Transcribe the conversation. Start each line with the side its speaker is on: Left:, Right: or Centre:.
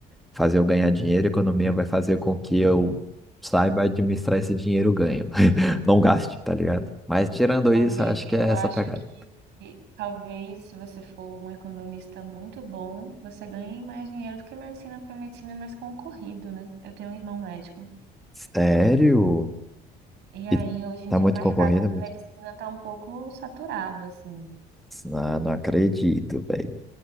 Centre: fazer eu ganhar dinheiro, economia vai fazer com que eu saiba administrar esse dinheiro ganho. <laughs> Não gaste, tá ligado? Mas tirando
Right: Talvez-
Centre: isso, acho
Right: Eu
Centre: que é essa
Right: acho
Centre: pegada.
Right: que que talvez se você for um economista muito bom, você ganhe mais dinheiro do que medicina, porque medicina é mais concorrido, né? Eu tenho um irmão médico.
Centre: Sério?
Right: é, e aí,
Centre: E
Right: hoje em
Centre: tá
Right: dia,
Centre: muito
Right: o mercado
Centre: concorrido?
Right: de
Centre: Muito...
Right: medicina está um pouco saturado, assim.
Centre: Ah, não acredito, velho.